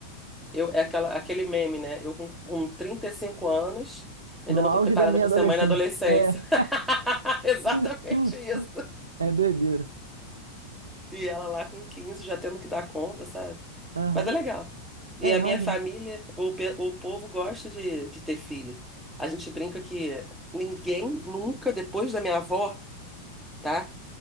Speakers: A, in the centre; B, on the right.
A: Eu, é aquela, aquele meme, né? Eu com, com 35 anos, ainda
B: No
A: não
B: auge
A: tô preparada
B: da minha
A: para
B: adolescência.
A: ser mãe na adolescência.
B: É.
A: <laughs> Exatamente
B: <laughs>
A: isso.
B: É doideira.
A: E ela lá com 15 já tendo que dar conta, sabe?
B: Aham.
A: Mas é legal. E
B: É,
A: a
B: imagino.
A: minha família, o, pe- o povo gosta de, de ter filho. A gente brinca que ninguém nunca, depois da minha avó, tá?